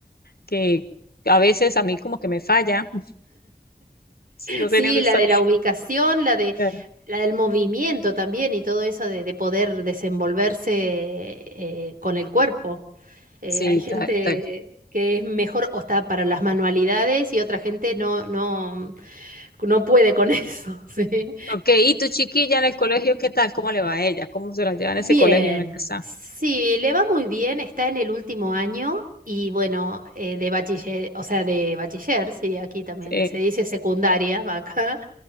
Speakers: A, on the left (about 70°); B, on the right (about 60°).
A: que a veces a mí como que me falla, <laughs> sí, no
B: Sí,
A: sé ni dónde
B: la
A: estoy.
B: de la ubicación, la de
A: Tal.
B: la del movimiento también y todo eso de, de poder desenvolverse eh, con el cuerpo. Eh,
A: Sí,
B: hay gente
A: tal, tal.
B: que es mejor o está para las manualidades y otra gente no, no, no puede con eso, <laughs> ¿sí?
A: Ok, ¿y tu chiquilla en el colegio, qué tal? ¿Cómo le va a ella? ¿Cómo se la lleva en
B: Bien,
A: ese colegio en el que está?
B: sí, le va muy bien, está en el último año y bueno, eh, de bachiller, o sea, de bachiller, sí, aquí también
A: Sí.
B: se dice secundaria <laughs> acá.